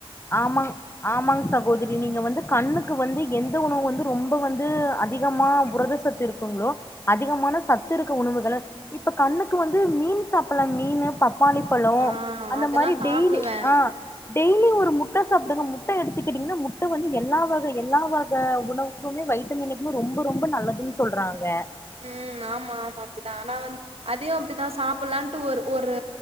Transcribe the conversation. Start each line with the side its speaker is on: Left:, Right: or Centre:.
Left: ஆமா ஆ ஆமாங்க சகோதரி நீங்க வந்து கண்ணுக்கு வந்து எந்த உணவு வந்து ரொம்ப வந்து அதிகமா புரத சத்து இருக்குங்களோ அதிகமான சத்து இருக்க உணவுக இப்ப கண்ணுக்கு வந்து மீன் சாப்பிடலாம் மீனு ப பப்பாளிபழ
Right: ஆ
Left: அந்த
Right: அதெல்லாம்
Left: மாரி
Right: சாப்பிடுவேன்
Left: டெய்லி ஆஹ் டெய்லி ஒரு முட்ட சாப்டுங்க முட்ட எடுத்துக்கிட்டிங்கன்னா முட்ட வந்து எல்லா வக எல்லா வக உணவுக்குமே வைட்டமினுக்குமே ரொம்ப ரொம்ப நல்லதுன்னு சொல்றாங்க
Right: உஹம் ஆமா ஆமா அப்டிதா ஆனா வந்து அதயும் அப்படிதா சாப்பிடலான்ட்டு ஒரு ஒரு